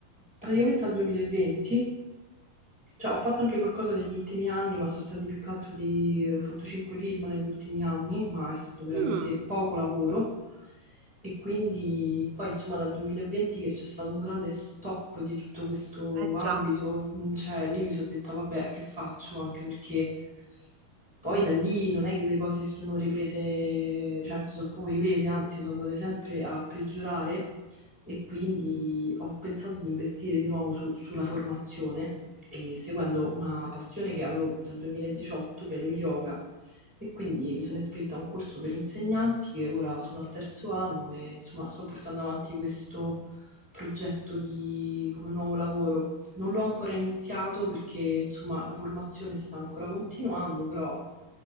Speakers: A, in the centre; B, on the right.
A: praticamente al 2020 cioè, ho fatto anche qualcosa negli ultimi anni, ma sono stati più che altro dei... Ho fatto cinque film negli ultimi anni, ma è stato veramente
B: Mm,
A: poco lavoro. E quindi poi, insomma, dal 2020 che c'è stato un grande stop di tutto questo
B: eh
A: ambito,
B: già.
A: mm, cioè lì mi sono detta, vabbè, che faccio? Anche perché poi da lì non è che le cose si sono riprese, cioè non si sono proprio riprese, anzi sono andate sempre a peggiorare e quindi ho pensato di investire di nuovo su- sulla formazione e seguendo una passione che avevo dal 2018, che è lo yoga. E quindi mi sono iscritta a un corso per insegnanti che ora sono al terzo anno e insomma sto portando avanti questo progetto di, come nuovo lavoro. Non l'ho ancora iniziato perché insomma la formazione sta ancora continuando, però